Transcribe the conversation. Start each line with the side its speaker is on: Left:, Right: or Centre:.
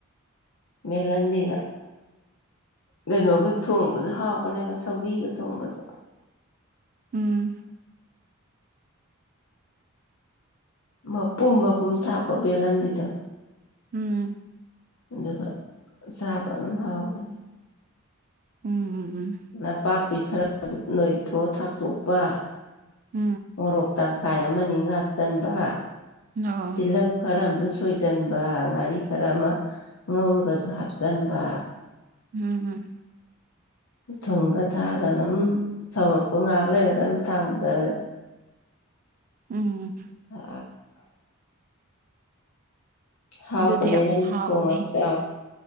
Left: ꯃꯦꯂꯗꯤꯒ ꯀꯩꯅꯣꯒ ꯊꯣꯡꯕꯗ ꯍꯥꯎꯄꯅꯦꯕ ꯁꯧꯒꯤꯒ ꯊꯣꯡꯕꯁꯨ
Right: ꯎꯝ
Left: ꯃꯄꯨꯝ ꯃꯄꯨꯝ ꯊꯥꯛꯄ ꯕꯦꯂꯟꯗꯤꯗꯣ
Right: ꯎꯝ
Left: ꯑꯗꯨꯒ ꯆꯥꯕ ꯑꯗꯨꯝ ꯍꯥꯎꯕꯅꯤ
Right: ꯎꯝ ꯎꯝ ꯎꯝ
Left: ꯅꯄꯥꯛꯄꯤ ꯈꯔꯁꯨ ꯅꯣꯏꯊꯣꯛ ꯊꯥꯛꯇꯣꯛꯄ
Right: ꯎꯝ
Left: ꯃꯣꯔꯣꯛ ꯇꯪꯈꯥꯏ ꯑꯃꯅꯤ ꯍꯥꯞꯆꯟꯕ
Right: ꯎꯝ ꯑꯣ
Left: ꯇꯤꯜꯍꯧ ꯈꯔ ꯑꯃꯁꯨ ꯁꯣꯏꯁꯤꯟꯕ ꯉꯥꯔꯤ ꯈꯔ ꯑꯃ ꯉꯧꯔꯒꯁꯨ ꯍꯥꯞꯆꯟꯕ
Right: ꯎꯝ
Left: ꯊꯨꯝꯒ ꯊꯥꯛꯑꯒ ꯑꯗꯨꯝ ꯁꯧꯔꯛꯄ ꯉꯍꯥꯛ ꯂꯩꯔꯒ ꯑꯗꯨꯝ ꯊꯥꯡꯊꯔ
Right: ꯎꯝ
Left: <unintelligible>
Right: ꯑꯁ
Left: ꯍꯥꯎꯕꯅꯦ
Right: ꯑꯗꯨꯗꯤ ꯌꯥꯝ
Left: ꯅꯪ
Right: ꯍꯥꯎꯅꯤ
Left: ꯊꯣꯡꯉ ꯆꯥꯎ